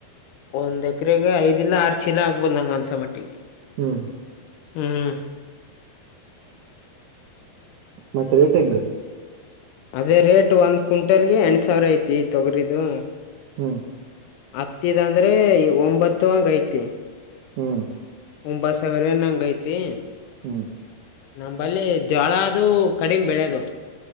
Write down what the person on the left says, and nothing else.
ಒಂದು ಎಕರೆೆಗೆ ಐದ ಇಲ್ಲ ಆರು ಚೀಲ ಆಗ್ಬೋಂದ ನಂಗೆ ಅನ್ನಿಸೋ ಮಟ್ಟಿಗೆ
ಹ್ಮ್
ಅದೇ ರೇಟ್ ಒಂದ್ ಕ್ವಿಂಟಲ್ಗೆ ಎಂಟು ಸಾವಿರ ಐತಿ ತೊಗರಿದು
ಹತ್ತಿದಂದ್ರೆ ಒಂಬತ್ತು ಹಂಗ ಐತಿ
ಒಂಬತ್ ಸಾವಿರ ಏನ್ ಹಂಗ್ ಐತಿ
ನಮ್ಮಂಬಲ್ಲಿ ಜೋಳ ಅದು ಕಡಿಮೆ ಬೆಳೆದು